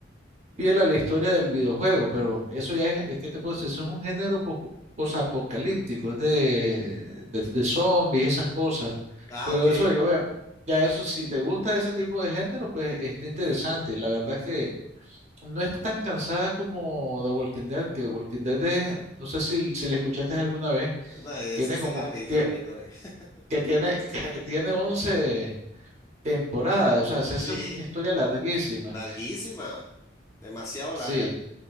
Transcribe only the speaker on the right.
fiel a la historia del videojuego, pero eso ya es, es que te puedo decir, eso es un género pos- posapocalíptico, es de, de, de zombies, esas cosas.
Pero
eso, yo, vea, ya eso, si te gusta ese tipo de género, pues está interesante. La verdad que no está tan cansada como The Walking Dead, que The Walking Dead es, no sé si, si la escuchaste alguna vez,
tiene
como,
tie-
que tiene, que tiene 11 temporadas, o sea, se
hace una historia larguísima.
Sí.